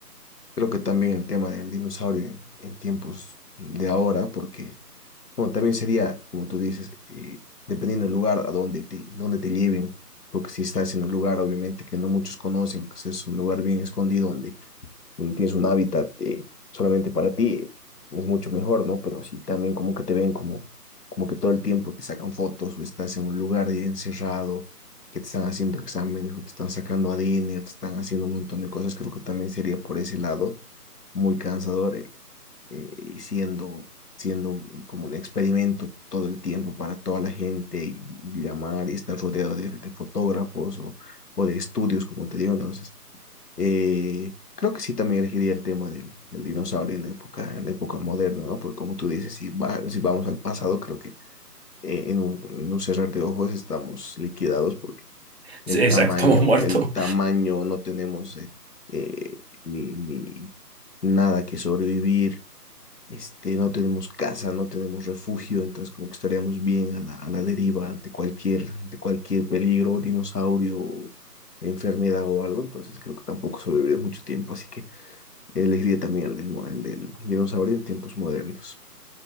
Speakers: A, on the left; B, on the right.
A: Creo que también el tema del dinosaurio en, en tiempos de ahora, porque bueno, también sería, como tú dices, eh, dependiendo del lugar a donde te, donde te lleven, porque si estás en un lugar, obviamente, que no muchos conocen, que es un lugar bien escondido, donde donde tienes un hábitat eh, solamente para ti, es mucho mejor, ¿no? Pero si también como que te ven como, como que todo el tiempo te sacan fotos o estás en un lugar de- encerrado, que te están haciendo exámenes o te están sacando ADN o te están haciendo un montón de cosas, creo que también sería por ese lado muy cansador eh, eh, y siendo, siendo como un experimento todo el tiempo para toda la gente y, y llamar y estar rodeado de, de fotógrafos o, o de estudios, como te digo, entonces eh, creo que sí también elegiría el tema del, del dinosaurio en la época, en la época moderna, ¿no? Porque como tú dices, si, va- si vamos al pasado, creo que eh, en un, en un cerrar de ojos estamos liquidados porque el
B: Sí, exacto,
A: tamaño,
B: <laughs> muerto.
A: el tamaño, no tenemos eh, eh, ni, ni nada que sobrevivir este, no tenemos casa, no tenemos refugio, entonces como que estaríamos bien a la, a la deriva ante cualquier, ante cualquier peligro, dinosaurio, enfermedad o algo, entonces creo que tampoco sobreviviré mucho tiempo, así que elegiría también el del, mo- el del dinosaurio en tiempos modernos.